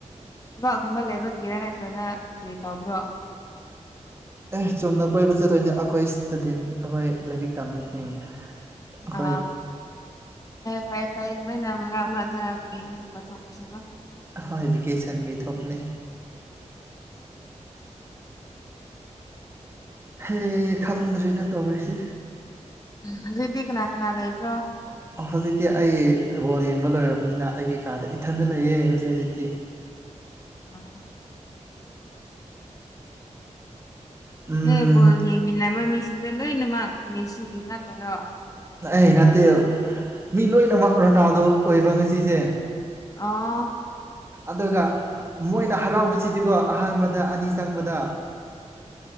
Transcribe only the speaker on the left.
ꯊꯕꯛꯒꯨꯝꯕ ꯂꯩꯕꯒꯤꯔꯥ ꯅꯠꯇ꯭ꯔꯒ ꯀꯔꯤ ꯇꯧꯕ꯭ꯔꯣ
ꯑ ꯐꯩ ꯐꯩ ꯇꯨꯃꯤꯟꯅ ꯉꯥꯡꯕꯗ <unintelligible>
ꯍꯧꯖꯤꯛꯗꯤ ꯀꯅꯥ ꯀꯅꯥ ꯂꯩꯕ꯭ꯔꯣ
<inaudible>
ꯅꯣꯏ ꯕꯣꯜ ꯌꯦꯡꯃꯤꯟꯅꯕ ꯃꯤꯁꯤꯡꯗꯣ ꯂꯣꯏꯅꯃꯛ ꯃꯦꯁꯤꯒꯤ ꯉꯥꯛꯇꯔꯣ
ꯑꯣ